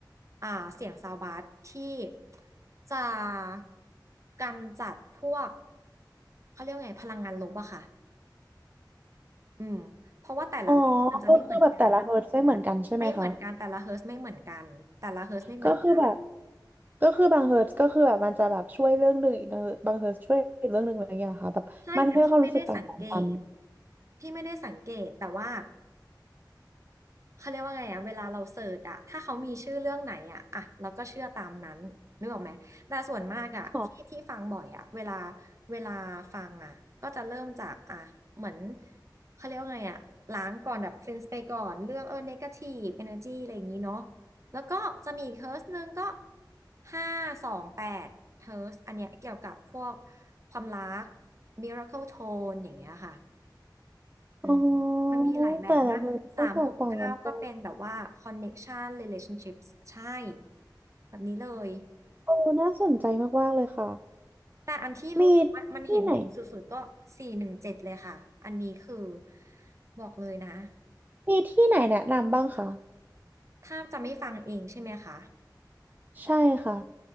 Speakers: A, on the right; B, on the right.
A: อ่าเสียงซาวบาสที่จะกำจัดพวกเขาเรียกว่าไงพลังงานลบอะค่ะอืมเพราะว่าแต่ละเลขมันจะไม่เหมือนกัน
B: อ๋อก็คือแบบแต่ละเฮิร์ตซ์ไม่เหมือนกันใช่ไหมคะ
A: ไม่เหมือนกันแต่ละเฮิร์ตซ์ไม่เหมือนกันแต่ละเฮิร์ตซ์ไม่เหมือนกัน
B: ก็คือแบบก็คือบางเฮิร์ตซ์ก็คือแบบมันจะแบบช่วยเรื่องหนึ่งอีกนะบางเฮิร์ตซ์ช่วยอีกเรื่องหนึ่งอะไรอย่างเงี้ยค่ะแบบมันให้ความรู้สึกต่างๆกัน
A: ใช่แต่พี่ไม่ได้สังเกตพี่ไม่ได้สังเกตแต่ว่า เขาเรียกว่าไงอะเวลาเราเสิร์ชอะถ้าเขามีชื่อเรื่องไหนอะอะเราก็เชื่อตามนั้นนึกออกไหมแต่ส่วนมากอะที่ที่ฟังบ่อยอะเวลา
B: ค่ะ
A: เวลาฟังอะก็จะเริ่มจากอะเหมือนเขาเรียกว่าไงอะล้างก่อนแบบ cleanse ไปก่อนเรื่องเออ negative energy อะไรอย่างนี้เนาะแล้วก็จะมีอีกเฮิร์สหนึ่งก็ห้าสองแปดเฮิร์สอันเนี้ยเกี่ยวกับพวกความรัก miracle tone อย่างเงี้ยค่ะ อืม
B: อ๋อ
A: มันมีหลายแบบนะสามหกเก้าก็เป็นแบบว่า
B: แต่ละเฮิร์ตซ์ก็แตกต่างกันไป
A: connection relationships ใช่แบบนี้เลย
B: โอ้น่าสนใจมากๆเลยค่ะ
A: แต่อันที่รู้สึกว่ามันเห็นผลสุดๆก็สี่หนึ่งเจ็ดเลยค่ะ
B: มีที่ไหน
A: อันนี้คือบอกเลยนะ
B: มีที่ไหนแนะนำบ้างคะ
A: ถ้าจะไม่ฟังเองใช่ไหมคะ
B: ใช่ค่ะ